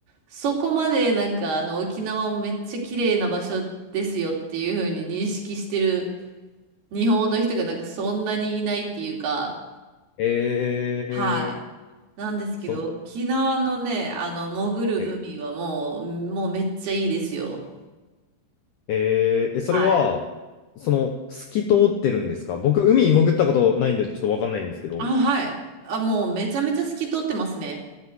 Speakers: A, on the right; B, on the left.
A: そこまでなんか、あの、沖縄をめっちゃ綺麗な場所ですよっていうふうに認識してる。日本の人がなんかそんなにいないっていうか、
B: えー、
A: はい。なんですけど、
B: その、
A: 沖縄のね、あの、潜る海はもう、
B: はい
A: もうめっちゃいいですよ。
B: えー、えそれは、
A: はい。
B: その、透き通ってるんですか僕、海に潜ったことないんで、ちょっとわかんないんですけど。
A: あ、はい。あ、もうめちゃめちゃ透き通ってますね。